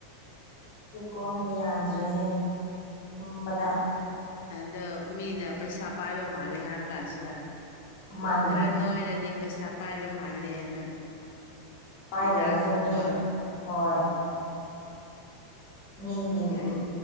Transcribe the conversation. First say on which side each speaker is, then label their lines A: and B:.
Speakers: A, on the left; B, on the left.
A: ꯄꯨꯛꯂꯣꯝꯗꯤ ꯌꯥꯗ꯭ꯔꯦꯍꯦ ꯇꯨꯝꯕꯗ
B: ꯑꯥꯗꯣ ꯃꯤꯅ ꯄꯩꯁꯥ-ꯄꯥꯏꯕ ꯃꯥꯜꯂꯦ ꯍꯥꯏꯕ ꯀꯥꯟꯁꯤꯗ
A: ꯃꯥꯅꯤ
B: ꯈꯔ ꯅꯣꯏꯔꯗꯤ ꯄꯩꯁꯥ -ꯄꯥꯏꯕ ꯃꯥꯜꯂꯦꯅ
A: ꯄꯥꯏꯗ꯭ꯔꯒꯖꯨ
B: ꯏꯅꯥ ꯈꯨꯟꯕ
A: ꯃꯤ ꯍꯣꯏ ꯃꯤꯒꯤ ꯃꯝ
B: ꯌꯥꯏ